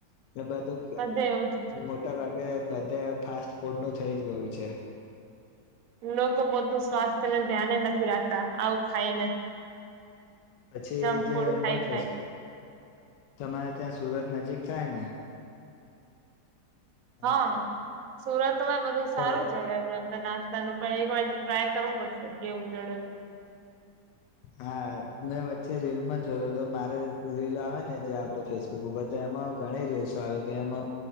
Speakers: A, on the left (about 85°); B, on the right (about 65°).
A: એટલે બધું
B: <unintelligible>
A: મોટા ભાગે બધે ફાસ્ટ ફૂડ નું થઈ જ ગયું છે.
B: લોકો પોતનું સ્વાસ્થ્યને ધ્યાને નથી રાખતા આવું ખાઈને.
A: પછી
B: જંક
A: જે
B: ફૂડ
A: અમને
B: ખાઈ
A: ફેસ,
B: ખાઈ
A: તમારે? ત્યાં સુરત નજીક થાય ને હે
B: હા, સુરતમાં બધું સારું
A: તો
B: જડે છે. નાસ્તાનું પણ એક વાર હજી ટ્રાય કરવું પડશે કેવું જડેલું.
A: હા, મેં વચ્ચે રીલ માં જોતો તો મારે રીલ આવે ને, જે આપડે ફેસબુક ઉપર તો એમાં ઘણી રિલસો આવી હતી. એમાં